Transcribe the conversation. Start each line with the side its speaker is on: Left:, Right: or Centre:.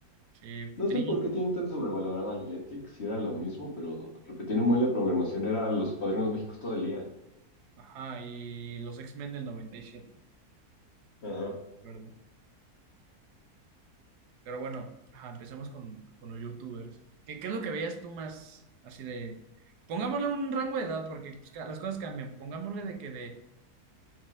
Right: Sí,
Left: No
Right: Tri,
Left: sé por qué tienen tan sobrevalorada a Jetix, si era lo mismo, pero repetir un buen la programación era Los Padrinos México todo el día.
Right: ajá, y los X-Men del noventa y siete
Left: Ajá.
Right: ¿verdad? Pero bueno, ajá, empecemos con, con los youtubers. ¿Qué, qué es lo que veías tú más así de... Pongámosle un rango de edad porque pues, ca- las cosas cambian. Pongámosle de que de,